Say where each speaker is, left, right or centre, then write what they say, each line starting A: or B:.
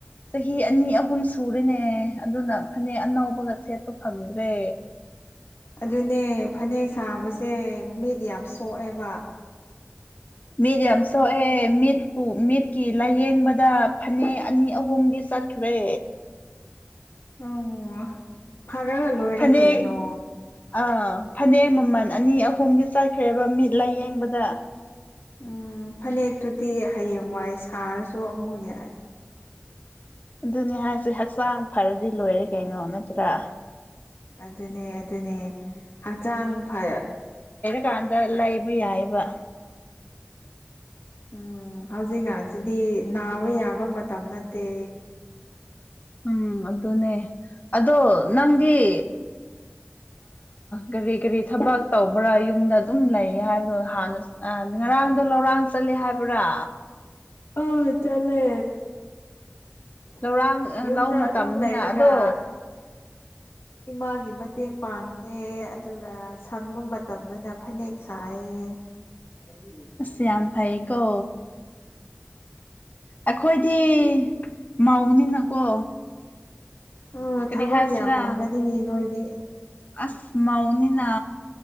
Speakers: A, on the left (about 45°); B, on the left (about 85°).
A: ꯆꯍꯤ ꯑꯅꯤ ꯑꯍꯨꯝ ꯁꯨꯔꯤꯅꯦ ꯑꯗꯨꯅ ꯐꯅꯦꯛ ꯑꯅꯕꯒ ꯁꯦꯠꯄ ꯐꯪꯗ꯭ꯔꯦ
B: ꯑꯗꯨꯗꯅꯦ ꯐꯅꯦꯛ ꯁꯥꯕꯁꯦ ꯃꯤꯠ ꯌꯥꯝ ꯁꯣꯛꯑꯦꯕ
A: ꯃꯤꯠ ꯌꯥꯝ ꯁꯣꯛꯑꯦ ꯃꯤꯠꯄꯨ ꯃꯤꯠꯀꯤ ꯂꯥꯏꯌꯦꯡꯕꯗ ꯐꯅꯦꯛ ꯑꯅꯤ ꯑꯍꯨꯝꯗꯤ ꯆꯠꯈ꯭ꯔꯦ
B: ꯑꯣ ꯐꯔꯒ ꯂꯣꯏꯔꯦ
A: ꯐꯅꯦꯛ
B: ꯀꯩꯅꯣ
A: ꯑꯥ ꯐꯅꯦꯛ ꯃꯃꯜ ꯑꯅꯤ ꯑꯍꯨꯝꯗꯤ ꯆꯠꯈ꯭ꯔꯦꯕ ꯃꯤꯠ ꯂꯥꯏꯌꯦꯡꯕꯗ
B: ꯎꯝ ꯐꯅꯦꯛꯇꯨꯗꯤ ꯍꯌꯦꯡ ꯋꯥꯏ ꯁꯥꯔꯁꯨ ꯑꯃꯨꯛ ꯌꯥꯏ
A: ꯑꯗꯨꯅꯤ ꯍꯥꯏꯁꯦ ꯍꯛꯆꯥꯡ ꯐꯔꯗꯤ ꯂꯣꯏꯔꯦ ꯀꯩꯅꯣ ꯅꯠꯇ꯭ꯔꯥ
B: ꯑꯗꯨꯅꯦ ꯑꯗꯨꯅꯦ ꯍꯛꯆꯥꯡ ꯐ
A: ꯀꯥꯟꯗ ꯂꯩꯕ ꯌꯥꯏꯑꯕ
B: ꯎꯝ ꯍꯧꯖꯦꯒ ꯁꯤꯗꯤ ꯅꯥꯕ ꯌꯥꯕ ꯃꯇꯝ ꯅꯠꯇꯦ
A: ꯎꯝ ꯑꯗꯨꯅꯦ ꯑꯗꯣ ꯅꯪꯒꯤ ꯀꯒꯥꯔꯤ ꯀꯔꯤ ꯊꯕꯛ ꯇꯧꯕ꯭ꯔꯥ ꯌꯨꯝꯗ ꯑꯗꯨꯝ ꯂꯩ ꯍꯥꯏꯕꯗꯣ ꯍꯥꯟꯅ ꯉꯔꯥꯡꯗꯣ ꯂꯧꯔꯥꯡ ꯆꯠꯂꯦ ꯍꯥꯏꯕ ꯕ꯭ꯔꯥ
B: ꯑ ꯆꯂꯦ
A: ꯂꯧꯔꯥꯡ
B: ꯌꯨꯝꯗ
A: ꯂꯧ ꯃꯇꯝꯅꯤꯅ
B: ꯑꯗꯨꯝ ꯂꯩꯔꯒ
A: ꯑꯗꯣ
B: ꯏꯃꯥꯒꯤ ꯃꯇꯦꯡ ꯄꯥꯡꯉꯦ ꯑꯗꯨꯒ ꯁꯪꯕ ꯃꯇꯝꯗꯅ ꯐꯅꯦꯛ ꯁꯥꯏꯌꯦ ꯑꯩ ꯂꯩ ꯐ
A: ꯑꯁ ꯌꯥꯝ
B: ꯆ
A: ꯐꯩꯀꯣ ꯑꯩꯈꯣꯏꯗꯤ ꯃꯧꯅꯤꯅꯀꯣ
B: ꯎꯝ
A: ꯀꯔꯤ
B: ꯊꯕꯛ
A: ꯍꯥꯏꯁꯤꯔꯥ
B: ꯌꯥꯝꯃꯝꯒꯅꯤ ꯅꯣꯏꯗꯤ
A: ꯑꯁ ꯃꯧꯅꯤꯅ